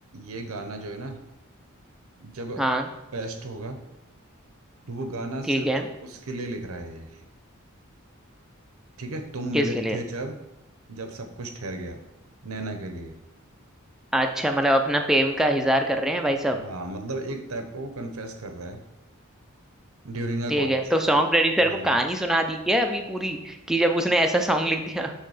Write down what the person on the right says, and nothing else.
ये गाना जो है ना जब
पेस्ट होगा तो वो गाना
सिर्फ
उसके लिए लिख रहा है ये ठीक है तुम
मिले
थे जब जब सब कुछ ठहर गया नैना के लिए
हाँ मतलब एक टाइप का वो कन्फेस कर रहा है ड्यूरिंग अ
कॉलेज
हाँ